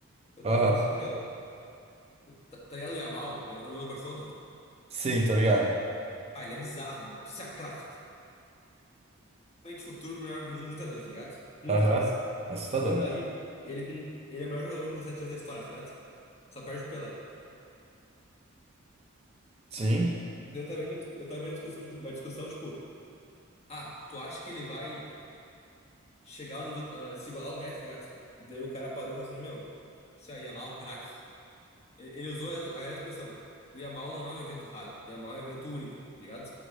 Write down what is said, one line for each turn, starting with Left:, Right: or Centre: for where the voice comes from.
Left: Eu
Right: Aham.
Left: tava falando assim, ô, meu, tá, tá ligado o Yamal, jogador do Barcelona?
Right: Sim, tô ligado.
Left: Ah, ele é bizarro, você é craque. realmente futuro melhor do mundo muitas vezes, tá ligado? Muitas
Right: Aham.
Left: vezes.
Right: Assustador.
Left: E daí, ele, com, ele é o maior jogador com 17 anos da história, tá ligado? Só perde o Pelé.
Right: Sim.
Left: Daí Eu tava vendo uma, discu- eu tava vendo uma discussão, tipo, uma discussão, tipo, ah, tu acha que ele vai chegar ao nível, ah, se igualar ao Messi, tá ligado? Daí o cara parou e falou assim, meu, isso aí, Yamal, craque. Ele, ele usou essa- a expressão, o Yamal não é um evento raro, Yamal é um evento único, tá ligado?